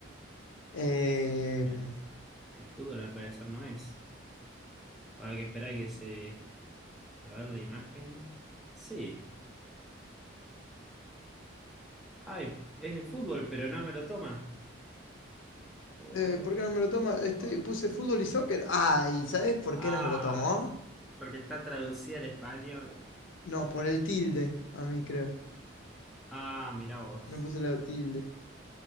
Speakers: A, on the left; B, in the centre.
A: Em,
B: Bien, el fútbol al parecer no es. Va a haber que esperar a que se A ver la imagen. Sí. Ay, es el fútbol, pero no me lo toma. Por-
A: eh, ¿por qué no me lo toma? Estoy,
B: por-
A: puse fútbol y soccer. Ay, ¿sabes por
B: Ay,
A: qué no me lo tomó?
B: porque está traducida al español.
A: No, por el tilde, a mí creo.
B: Ah, mirá vos.
A: No puse la tilde.